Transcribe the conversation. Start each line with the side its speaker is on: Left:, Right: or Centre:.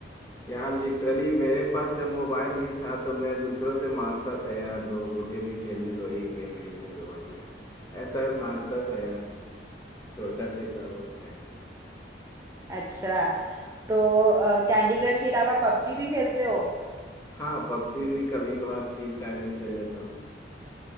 Left: यार लिटरली मेरे पास जब मोबाइल नहीं था तो मैं दूसरों से मांगता था यार दो मुझे भी खेलने दो एक गेम खेलने दो भैया ऐसा मांगता था यार छोटा देता हूँ उस टाइम
Right: अच्छा तो कैंडी क्रश के अलावा पबजी भी खेलते हो
Left: हाँ पबजी भी कभी कभार फ्री टाइम में खेल लेता हूँ